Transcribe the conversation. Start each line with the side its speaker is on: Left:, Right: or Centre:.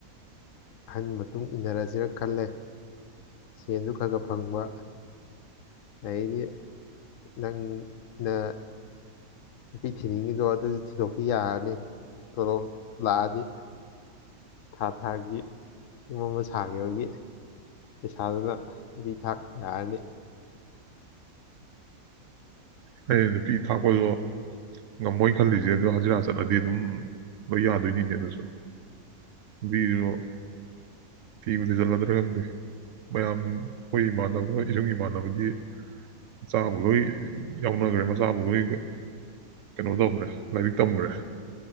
Left: ꯑꯍꯟ ꯃꯇꯨꯡ ꯏꯟꯅꯔꯁꯤꯔ ꯈꯜꯂꯦ ꯁꯦꯟꯁꯨ ꯈꯔ ꯈꯔ ꯐꯪꯕ ꯑꯗꯤ ꯅꯪꯅ ꯅꯨꯄꯤ ꯊꯤꯅꯤꯡꯉꯤꯗꯣ ꯑꯗꯨꯁꯨ ꯊꯤꯗꯣꯛꯄꯤ ꯌꯥꯔꯅꯤ ꯇꯣꯂꯣꯞ ꯂꯥꯛꯑꯗꯤ ꯊꯥ ꯊꯥꯒꯤ ꯌꯨꯝ ꯑꯃ ꯁꯥꯥꯡꯈꯤꯕꯒꯤ ꯄꯩꯁꯥꯗꯨꯅ ꯅꯨꯄꯤ ꯊꯥꯛ ꯌꯥꯔꯅꯤ
Right: ꯍ ꯅꯨꯄꯤ ꯊꯥꯛꯄꯗꯣ ꯉꯝꯃꯣꯏꯅ ꯈꯜꯂꯤꯁꯦ ꯑꯗꯣ ꯍꯖꯤꯔꯥ ꯆꯠꯂꯗꯤ ꯑꯗꯨꯝ ꯣꯏ ꯌꯥꯗꯣꯏꯅꯤꯅꯦ ꯑꯗꯨꯁꯨ ꯅꯨꯄꯤꯁꯨ ꯊꯤꯕ ꯊꯤꯖꯤꯜꯂꯗ꯭ꯔꯥ ꯈꯪꯗꯦ ꯃꯌꯥꯝ ꯑꯩꯈꯣꯏ ꯏꯃꯥꯟꯅꯕ ꯏꯁꯨꯡ ꯏꯃꯥꯟꯅꯕꯗꯤ ꯑꯆꯥꯕ ꯂꯣꯏ ꯌꯥꯎꯅꯈ꯭ꯔꯦ ꯃꯆꯥꯕꯨ ꯂꯣꯏ ꯀꯩꯅꯣ ꯇꯧꯈ꯭ꯔꯦ ꯂꯥꯏꯔꯤꯛ ꯇꯝꯈ꯭ꯔꯦ